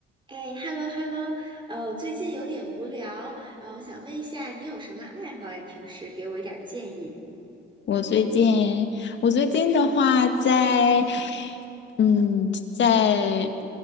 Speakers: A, on the right; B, on the left.
A: 哎，hello hello，呃，我最近有点无聊，呃，我想问一下，你有什么爱好呀？平时给我一点儿建议。
B: 我最近，我最近的话在，嗯，在